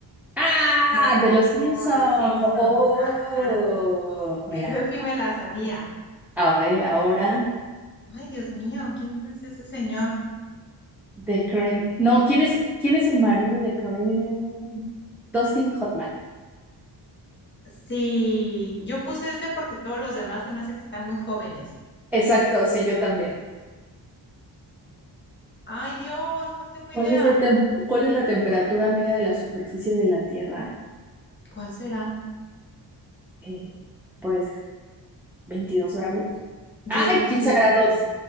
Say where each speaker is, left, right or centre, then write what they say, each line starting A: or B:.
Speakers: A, in the centre; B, on the left.
A: ¡Ah!
B: No,
A: De los Simpson.
B: los Simpson.
A: Oh,
B: Ajá,
A: mira.
B: eso sí me la sabía.
A: A ver, ahora
B: Ay, Dios mío, ¿quién es ese señor?
A: de Kramer. No, ¿quién es, quién es el marido de Kramer? Dustin Hoffman.
B: Sí, yo puse ese porque todos los demás se me hace que están muy jóvenes.
A: Exacto, sí, yo también.
B: Ay, Dios, no tengo
A: ¿Cuál
B: idea.
A: es la tem- cuál es la temperatura media de la superficie de la Tierra?
B: ¿Cuál será?
A: Eh, pues Veintidós grados.
B: Yo
A: Ay,
B: le puse
A: 15
B: 22.
A: grados.